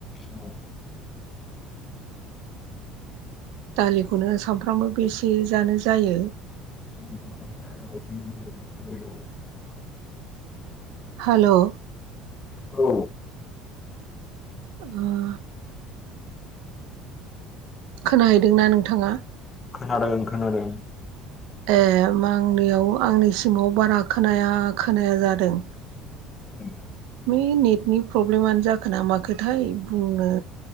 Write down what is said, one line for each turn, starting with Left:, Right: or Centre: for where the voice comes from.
Left: औ
Right: दालिखौनो सानफ्रामबो बेसे जानो जायो।
Left: <unintelligible>
Right: हेल'
Left: औ
Right: अ खोनाहैदोंना नोंथाङा?
Left: खोनादों खोनादों।
Right: ए ओमबा आं बेयाव आंनिसिमाव बारा खोनाया खोनाया जादों।
Left: उम
Right: बे नेटनि प्रब्लेमानो जाखो ना माखोथाय बुंनो